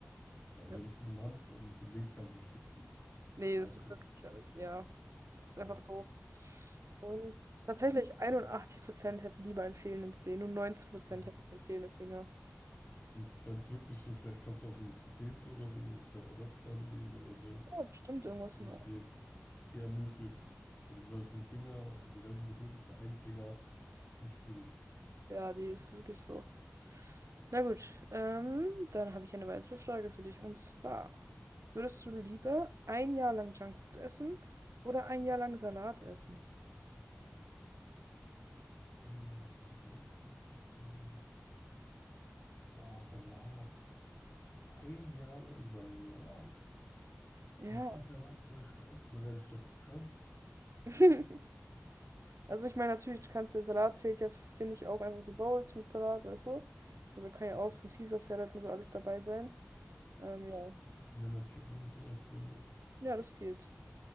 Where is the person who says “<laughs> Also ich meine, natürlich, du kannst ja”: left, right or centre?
Right